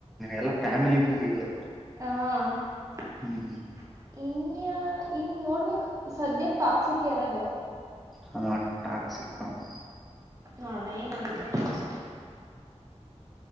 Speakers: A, in the centre; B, on the right.
A: ಎಲ್ಲ ಫ್ಯಾಮಿಲಿ ಮೂವಿಗಳು
B: ಹ <unintelligible>
A: ಹ್ಮ್
B: ಇನ್ ನೋಡ್ಬೇಕ ಸದ್ಯಕ್ ಟಾಕ್ಸಿಕ ಇರೋದು
A: ಹಾ ಟಾಕ್ಸಿಕಾ.. <inaudible>
B: ನೋಡೋಣ ಏನಗುತ್ತ ಟ್ಯಾಕ್ಸಿ